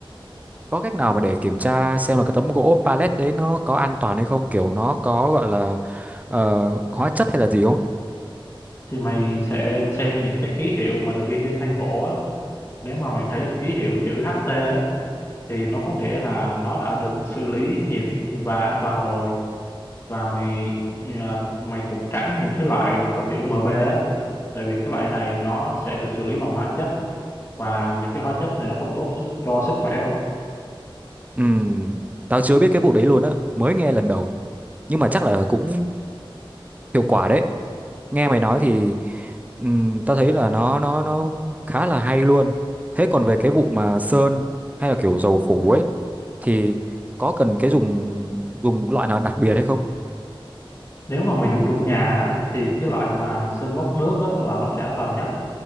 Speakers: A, on the right; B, on the left.
A: Có cách nào mà để kiểm tra xem là cái tấm gỗ pallet đấy nó có an toàn hay không? Kiểu nó có gọi là ờ, hóa chất hay là gì không?
B: Thì mày sẽ xem những cái ký hiệu mà được in trên thanh gỗ á. Nếu mà mày thấy ký hiệu chữ HT á, thì nó có nghĩa là nó đã được xử lý nhiệt và an toàn rồi. Và mày à, mày cũng tránh những cái loại mà có chữ MB á. Tại vì cái loại này nó sẽ được xử lý bằng hóa chất và những cái hóa chất này nó không tốt cho sức khỏe đâu
A: Ừm, tao chưa biết cái vụ đấy luôn á, mới nghe lần đầu nhưng mà chắc là cũng hiệu quả đấy nghe mày nói thì ừm, tao thấy là nó nó nó khá là hay luôn thế còn về cái vụ mà sơn hay là kiểu dầu phủ ấy thì có cần cái dùng dùng loại nào đặc biệt hay không
B: nếu mà mày dùng trong nhà á, thì cái loại mà sơn gốc nước á, là nó sẽ an toàn nhất